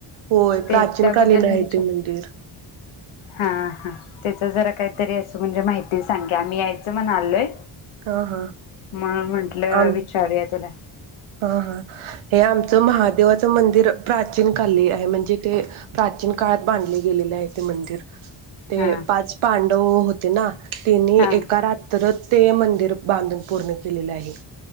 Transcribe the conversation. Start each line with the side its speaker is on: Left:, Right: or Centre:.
Right: होय
Left: त्याच्याबद्दल
Right: प्राचीन कालीन आहे
Left: विचार
Right: ते मंदिर
Left: हा हा तेच जरा काहीतरी म्हणजे माहिती सांग्या आम्ही यायचं म्हणलोय
Right: हा हा
Left: मग म्हंटलं
Right: आम
Left: विचारू याच काय?
Right: हा.. हा.. हे आमचं महादेवाचं मंदिर प्राचीन काली आहे म्हणजे ते प्राचीन काळात बांधले गेलेले आहे ते मंदिर ते
Left: हा
Right: पाच पांडव होते ना, त्यांनी
Left: हा
Right: एका रात्र ते मं मंदिर बांधून पूर्ण केलेलं आहे.